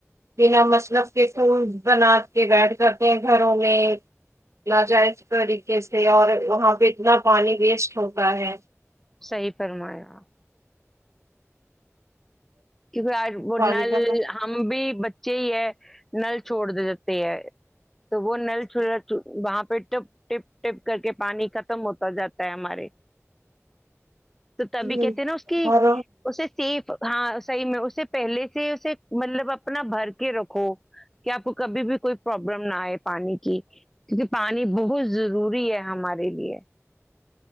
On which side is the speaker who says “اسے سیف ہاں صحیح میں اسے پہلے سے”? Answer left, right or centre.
Centre